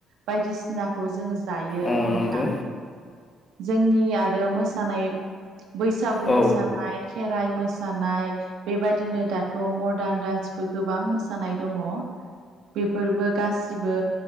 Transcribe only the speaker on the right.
बायदिसिना खौ जों जायो
नोंथां
जोंनि आरो मोसानाय बैसागु
मोसानाय खेराइ मोसानाय बेबादिनो दाथ' मदार्न डान्सबो गोबां मोसानाय दङ। बेफोरबो गासिबो